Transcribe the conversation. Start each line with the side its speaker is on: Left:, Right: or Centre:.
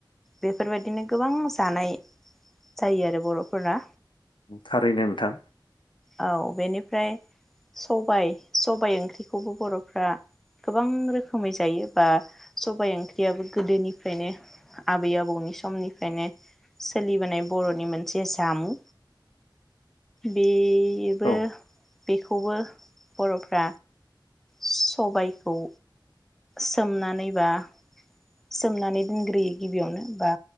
Centre: बेफोरबायदिनो गोबां जानाय जायो आरो बर'फोराना
Left: थारैनो नोंथां
Centre: औ बेनिफ्राय सबाय सबाइ ओंख्रिखौबो बर'फ्रा गोबां रोखोमै जायो बा सबाय ओंख्रि बियाबो गोदोनिफ्रायनो आबै आबौनि समनिफ्रायनो सोलिबोनाय बर'नि मोनसे जामुं बे बेबो
Left: औ
Centre: बेखौबो बर' सबायखौ सोमनानैबा सोमनानै दोनग्रोयो गिबियावनो बा